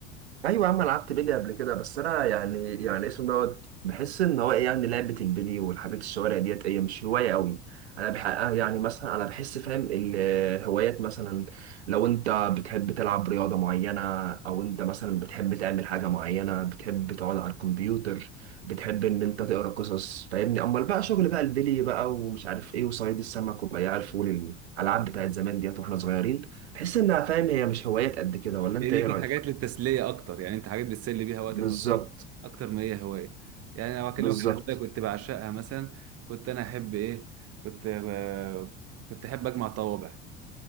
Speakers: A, on the right; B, on the right.
A: ايوه يا عم أنا لعبت بيلي قبل كده بس انا يعني يعني اسمه دوت بحس ان هو ايه يعني لعبه البيلي والحاجات الشوارع ديت ايه مش هوايه قوي انا بح آه يعني مثلا انا بحس فاهم الهوايات مثلا لو انت بتحب تلعب رياضه معينه او انت مثلا بتحب تعمل حاجه معينه بتحب تقعد على الكمبيوتر بتحب ان انت تقرا قصص فاهمني امال بقى شغل بقى البيلي بقى ومش عارف ايه وصيد السمك وبياع الفول الالعاب بتاعت زمان ديت واحنا صغيرين بحس انها فاهم هي مش هوايات قد كده ولا انت
B: هي دي
A: ايه
B: كانت
A: رايك
B: حاجات للتسليه اكتر يعني انت حاجات بتسلي بيها وقت
A: بالظبط
B: فراغك اكتر ما هي هوايه يعني لو اكلمك
A: بالظبط
B: على هوايه كنت بعشقها مثلا كنت انا احب ايه كنت ب- كنت احب اجمع طوابع